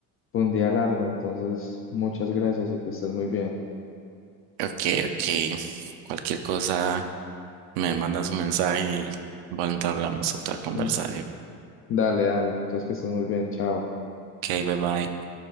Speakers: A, on the left; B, on the right.
A: Fue un día largo, entonces muchas gracias y que estés muy bien.
B: Ok, ok. Cualquier cosa, me mandas un mensaje y bueno, hablamos otra conversación.
A: Mm, Dale, dale, entonces que estés muy bien, chao.
B: Ok, bye bye.